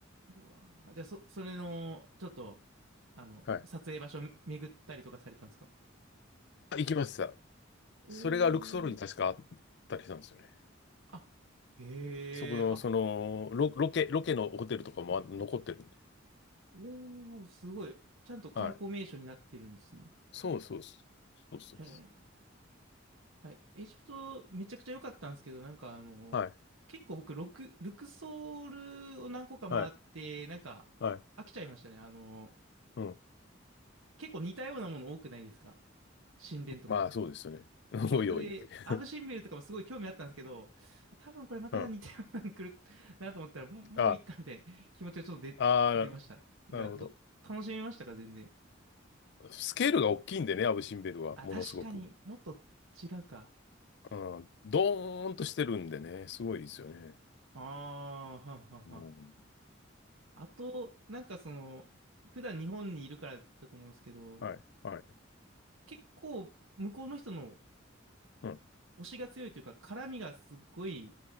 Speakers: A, on the right (about 85°); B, on the left (about 60°).
A: うわーじゃあ、そ、それの、ちょっと、あの、
B: た。はい。
A: 撮影場所巡ったりとかされたんですか
B: あ行きました。
A: おー
B: それがルクソールに確かあったりしたんですよね。
A: あ、へえ、
B: そこの、
A: あ、
B: その、ロ、ロケ、ロケのホテルとかもあ残ってるんで。
A: おーすごい。ちゃんと観光名所になってるんですね。
B: はい。そうそうそうそうそうです。
A: へえ。はい、エジプトめちゃくちゃ良かったんですけど、なんかあの、
B: はい。
A: 結構僕、ロク、ルクソールを何個か回って、
B: はい。
A: なんか飽きちゃいましたね。
B: はい。
A: あの、
B: うん。
A: 結構似たようなもの多くないですか神殿とか。
B: まあ、そうですよね。<laughs>
A: そう。
B: おいおい。
A: で、アブ・
B: <laughs>
A: シンベルとかもすごい興味あったんですけど、多分これまた似たようなの来る
B: うん。
A: <laughs> なと思ったら、もう、もういっかみたいな気持ちがちょっと出、
B: あ、あ
A: 出ました。
B: ー、
A: が、
B: なるほど。
A: ど、楽しめましたか全然。
B: スケールが大きいんでね、アブ・シンベルは、
A: あ、
B: ものすごく。
A: 確かにもっと違うか。
B: うん、ドーンとしてるんでね、すごいですよね。
A: ああ、はんはんはん
B: うん、
A: あと、なんかその、普段日本にいるからだと思うんですけど、
B: はい、はい、
A: 結構向こうの人の
B: うん。
A: 推しが強いというか、絡みがすっごい